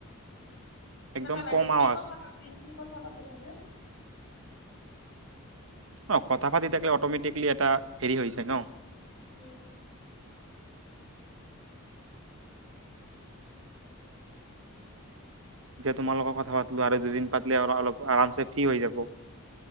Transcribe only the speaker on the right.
একদম
কম
আৱাজ
অ কথা পাতি থাকিলে অট'মেটিক লি এটা হেৰি হৈ যায় ন
যে তোমালকৰ কথা পাতলো আৰু দুদিন পা অলপ আৰামছে ফ্ৰী হৈ যাব